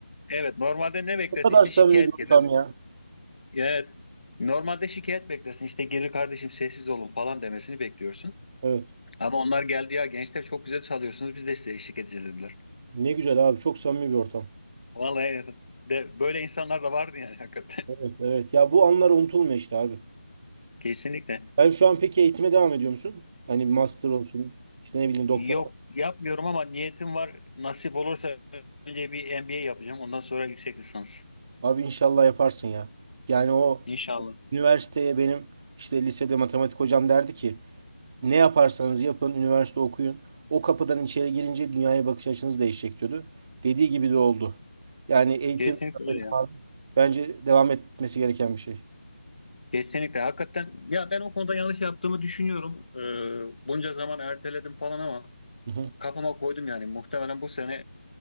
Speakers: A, on the left; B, on the right.
A: Evet, normalde ne beklersin?
B: Ne kadar
A: İşte
B: samimi
A: şikayet
B: bir
A: gelir.
B: ortam ya.
A: Evet. Normalde şikayet beklersin. İşte gelir kardeşim sessiz olun falan demesini bekliyorsun.
B: Evet.
A: Ama onlar geldi ya gençler çok güzel çalıyorsunuz. Biz de size eşlik edeceğiz dediler.
B: Ne güzel abi. Çok samimi bir ortam.
A: Vallahi evet, de, böyle insanlar da vardı yani hakikaten.
B: Evet,
A: <laughs>
B: evet. Ya bu anlar unutulmuyor işte abi.
A: Kesinlikle.
B: Ben şu an peki eğitime devam ediyor musun? Hani master olsun, işte ne bileyim doktor
A: Yok yapmıyorum ama niyetim var. Nasip olursa önce bir MBA yapacağım. Ondan sonra yüksek lisans.
B: Abi inşallah yaparsın ya. Yani o
A: İnşallah.
B: üniversiteye benim işte lisede matematik hocam derdi ki ne yaparsanız yapın üniversite okuyun. O kapıdan içeri girince dünyaya bakış açınız değişecek diyordu. Dediği gibi de oldu. Yani eğitim,
A: Kesinlikle öyle
B: öğretim
A: ya.
B: abi bence devam etmesi gereken bir şey.
A: Kesinlikle. Hakikaten ya ben o konuda yanlış yaptığımı düşünüyorum. Ee, bunca zaman erteledim falan ama
B: Hı hı,
A: kafama koydum yani. Muhtemelen bu sene